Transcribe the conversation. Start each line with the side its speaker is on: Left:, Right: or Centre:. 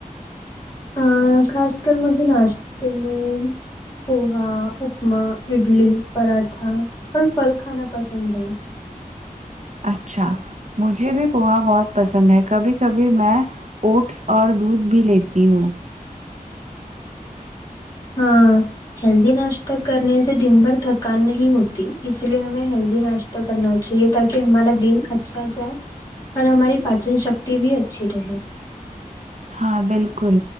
Left: ا خاص کر مجھے ناشتے میں پوہا اپما اڈلی پراٹھا اور پھل کھانا پسند ہے
Right: اچھا مجھے بھی پوہا بہت پسند ہے کبھی کبھی میں اوٹس اور دودھ بھی لیتی ہوں
Left: ہاں ہیلدی ناشتہ کرنے سے دن بھر تھکان نہیں ہوتی اس لیے ہمیں ہیلدی ناش تہ کرنا چاہیے تاکہ ہمارا دن اچھا جائے اور ہماری پاچن شکتی بھی اچھی رہے
Right: ہاں بالکل